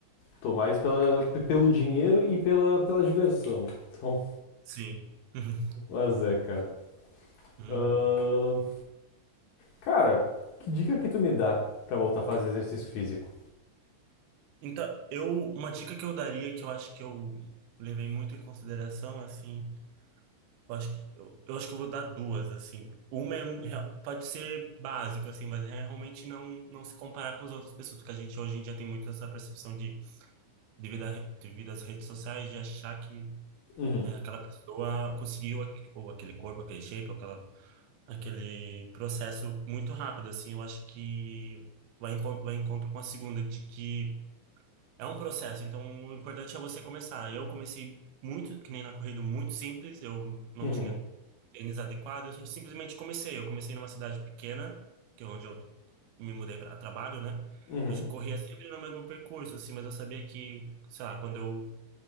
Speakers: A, on the left (about 80°); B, on the right (about 75°).
A: tô mais pela, pelo dinheiro e pela, pela diversão. Então,
B: sim. <laughs>
A: <laughs> mas é, cara.
B: Uhum.
A: Ahn, cara, que dica que tu me dá pra voltar a fazer exercício físico?
B: Então, eu, uma dica que eu daria, que eu acho que eu levei muito em consideração, assim, eu acho que eu, eu acho que eu vou dar duas, assim. Uma é, rea- pode ser básico, assim, mas é realmente não, não se comparar com as outras pessoas, porque a gente hoje em dia tem muito essa percepção de, devido, a, re- devido às redes sociais, de achar que
A: Uhum,
B: É, aquela pessoa conseguiu aqu- ou aquele corpo, aquele shape, ou aquela, aquele processo muito rápido, assim, eu acho que vai encontro, vai encontro com a segunda, de que é um processo, então o importante é você começar. Eu comecei muito, que nem na corrida, muito simples, eu não
A: uhum,
B: tinha tênis adequado, eu simplesmente comecei. Eu comecei numa cidade pequena, que é onde eu me mudei para trabalho, né?
A: uhum.
B: Eu corria sempre no mesmo percurso, assim, mas eu sabia que, sei lá, quando eu